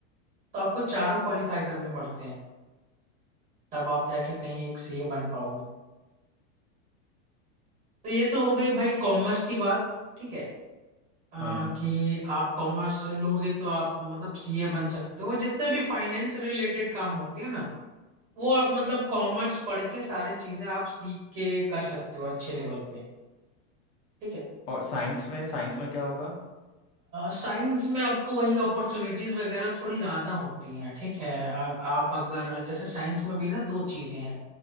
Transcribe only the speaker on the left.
हाँ
और साइंस में साइंस में क्या होगा